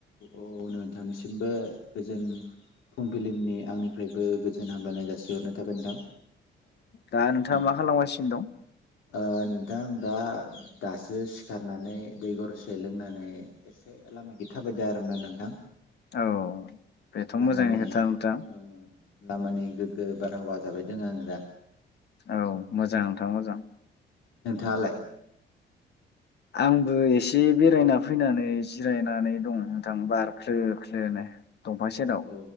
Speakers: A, on the left; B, on the left.
A: औ नोंथांनि सिनबो फुंबिलिनि आंनिफ्राय बो गोजोन हामग्लायनायखौ जासिहरग्रोनाय थाबाय नोंथां
B: दा नोंथाङा
A: औ
B: मा खालामगासिनो दं
A: ओ नोंथां दा दासो सिखारनानै दै गरदसे लोंनानै इसे लामाथिं थाबायदों आरोना नोंथां
B: औ बेथ'
A: लामानि
B: मोजांनि खोथा नोंथां
A: ओ लामानि गोगो बारहावा जाबाय दोङो आङो दा
B: औ मोजां नोंथां मोजां
A: नोंथाङालाय
B: आंबो इसे बेरायना फैनानै जिरायनानै दं नोंथां बार खोलो खोलोनो दंफां
A: औ
B: सेराव
A: औ